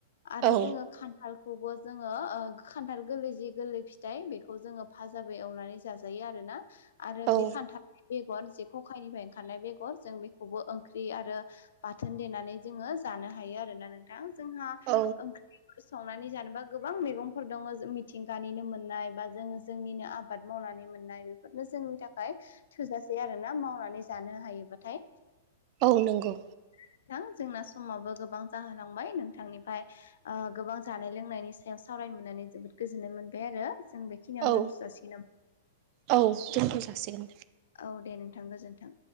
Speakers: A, on the left; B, on the right.
A: आरो
B: औ
A: जोङो खानथालखौबो जोङो ओ खानथाल गोरलै जि गोरलै फिथाइ बेखौ जोङो भाजाबो एवनानै जाजायो आरोना। आरो
B: औ
A: बे खान्थाल बेगर जे ख'खायनिफ्राय ओंखारनाय बेगर जों बेखौबो ओंख्रि आरो बाथोन देनानै जोङो जानो हायो आरो ना नोंथां जोंहा
B: औ
A: ओंख्रि संनानै जानोबा गोबां मैगंफोर दङ जोंनि मिथिंगानिनो मोननाय बा जों जोंनिनो आबाद मावनानै मोननाय बेफोरनो जोंनि थाखाय थोजा से आरो ना मावनानै जानो हायोबाथाय।
B: औ नंगौ।
A: नोंथां जोंना समाबो गोबां जाहोनांबाय नोंथांनिफ्राय ओ गोबां जानाय लोंनायनि सायाव सावरायनो मोननानै जोबोद गोजोननाय मोनबाय आरो। जों बेखिनियावनो
B: औ
A: दोनथ' जासिगोन नामा
B: औ दोनथ' जासिगोन
A: औ दे नों थां गोजोन्थों।